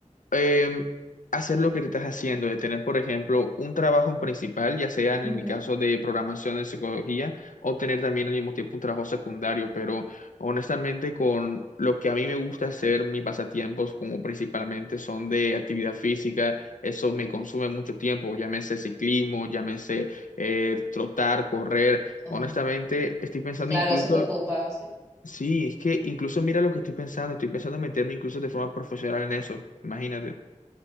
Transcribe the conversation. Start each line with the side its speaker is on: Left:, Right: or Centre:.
Left: eh, hacer lo que te estás haciendo, de tener, por ejemplo, un trabajo principal, ya sea en
Right: Ujú.
Left: mi caso de programación de psicología, o tener también al mismo tiempo un trabajo secundario, pero honestamente con lo que a mí me gusta hacer, mis pasatiempos como principalmente son de actividad física, eso me consume mucho tiempo, llámese ciclismo, llámese eh, trotar, correr,
Right: Ah,
Left: honestamente estoy pensando
Right: claro,
Left: incluso...
Right: eso te ocupa, sí.
Left: Sí, es que incluso mira lo que estoy pensando, estoy pensando en meterme incluso de forma profesional en eso, imagínate.